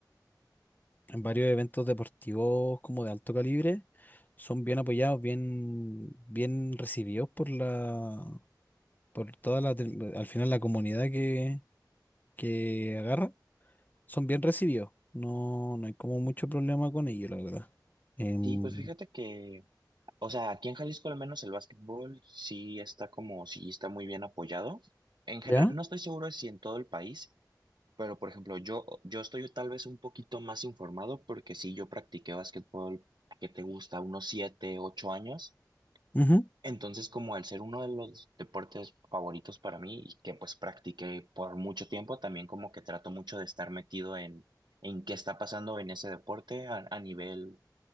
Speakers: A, on the left (about 25°); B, on the right (about 80°).
A: en varios eventos deportivos como de alto calibre, son bien apoyados, bien, bien recibidos por la, por toda la, tri- al final la comunidad que, que agarra, son bien recibidos. No, no hay como mucho problema con ellos, la verdad. Em,
B: Sí, pues fíjate que O sea, aquí en Jalisco al menos el básquetbol sí está como, sí está muy bien apoyado. En general,
A: ¿ya?
B: no estoy seguro de si en todo el país, pero por ejemplo, yo, yo estoy tal vez un poquito más informado porque sí, yo practiqué básquetbol que te gusta unos siete, ocho años.
A: Ujú,
B: Entonces, como al ser uno de los deportes favoritos para mí y que pues practiqué por mucho tiempo, también como que trato mucho de estar metido en, en qué está pasando en ese deporte a, a nivel